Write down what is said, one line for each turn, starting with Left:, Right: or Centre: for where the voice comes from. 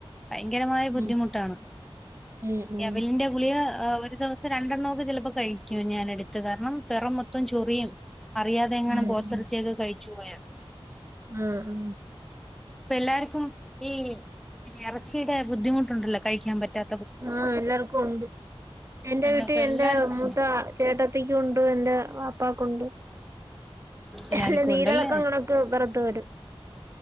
Centre: ഭയങ്കരമായ ബുദ്ധിമുട്ട്
Right: ഉം
Centre: ആണ്
Right: ഉം ഉം
Centre: എവലിന്റെ ഗുളിയ ഒരു ദിവസം രണ്ടെണ്ണം ഒക്കെ ചെലപ്പോ കഴിക്കും ഞാൻ എടുത്ത് കാരണം പെറം മൊത്തം ചൊറിയും അറിയാതെ എങ്ങാനും
Right: ഉം
Centre: പോത്ത്
Right: ഉം
Centre: എറച്ചി ഒക്കെ കഴിച്ചു പോയാ
Right: ആഹ് അഹ്
Centre: ഇപ്പ എല്ലാർക്കും ഈ പിന്നെ എറച്ചിടെ ബുദ്ധിമുട്ട് ഒണ്ടല്ലോ കഴിക്കാൻ പറ്റാ
Right: ആഹ് എല്ലാർക്കും ഒണ്ട് എന്റെ
Centre: അല്ല
Right: വീട്ടി
Centre: ഇപ്പൊ
Right: എന്റെ
Centre: എല്ലാർക്കും
Right: മൂത്ത
Centre: ഉണ്ട്
Right: ചേട്ട ൻ ഒണ്ട് എന്റെ പപ്പക്ക് ഒണ്ട്
Centre: എല്ലാർക്കും
Right: അല്ല നീരിളക്കാണ്
Centre: ഉണ്ടല്ലേ
Right: പൊറത്ത് വരും